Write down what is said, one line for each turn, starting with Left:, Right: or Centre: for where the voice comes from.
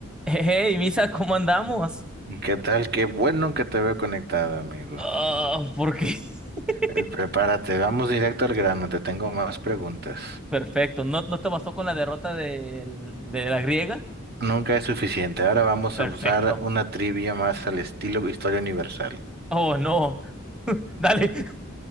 Centre: Hey, Misa, ¿cómo andamos?
Right: ¿Qué tal? Qué bueno que te veo conectado, amigo.
Centre: Ah, ¿por qué? <laughs>
Right: Eh, Prepárate, vamos directo al grano, te tengo más preguntas.
Centre: perfecto. ¿No, no te bastó con la derrota del- de, la griega?
Right: Nunca es suficiente, ahora vamos
Centre: Perfecto.
Right: a usar una trivia más al estilo historia universal.
Centre: Oh, no. <laughs> Dale.